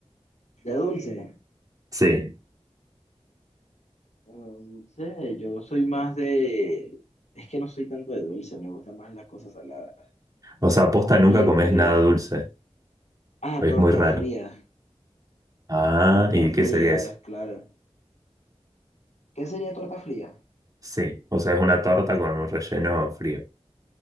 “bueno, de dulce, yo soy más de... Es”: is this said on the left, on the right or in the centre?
Left